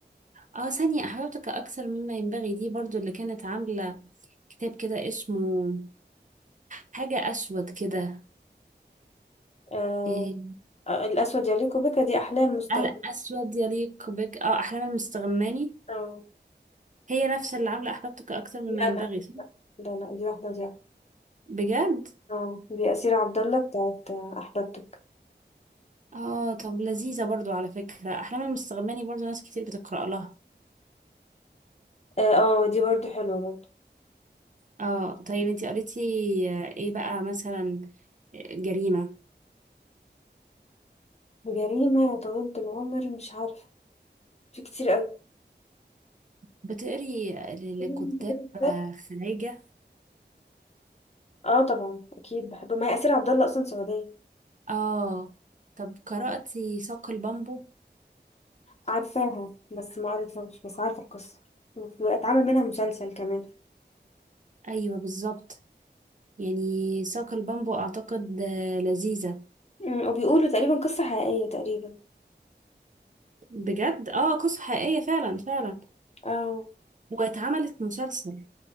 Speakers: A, on the right (about 45°); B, on the left (about 35°).
A: اه ثانية احببتك اكثر مما ينبغي دي برضو اللي كانت عاملة كتاب كده اسمه حاجة اسود كده
B: آه
A: إيه،
B: آه، الاسود يليق بك دي احلام مستغرب
A: قلق اسود يليق بك اه احلام المستغماني
B: اه
A: هي نفسها اللي عاملة أحبابتك أكتر مما
B: لا
A: ينبغي
B: لا
A: صح؟
B: لا لا دي واحده دي واحدة.
A: بجد؟
B: اه دي اسير عبد الله بتاعت آه، احببتك
A: اه طب لذيذة برضو على فكرة أحلام المستغماني برضو ناس كتير بتقرأ لها
B: اه آه، دي برضو حلوه برضو
A: اه طيب انتي قريتي آه، ايه بقى مثلا آه، جريمة
B: جريمه يا طويله العمر مش عارفه في كتير قوي
A: بتقري ل-
B: <laughs>
A: لكتاب آه، خلايجة
B: اه طبعا اكيد بحبه ما هي اسير عبد الله اصلا سعوديه
A: اه طب قرأتي ساق البامبو
B: عارفاها بس ما قريتهاش بس عارفة القصة اتعمل منها مسلسل كمان
A: ايوه بالظبط يعني ساق البامبو اعتقد آه، لذيذة
B: أمم، وبيقولوا تقريبا قصة حقيقية تقريبا
A: بجد اه قصة حقيقية فعلا فعلا
B: اه
A: واتعملت مسلسل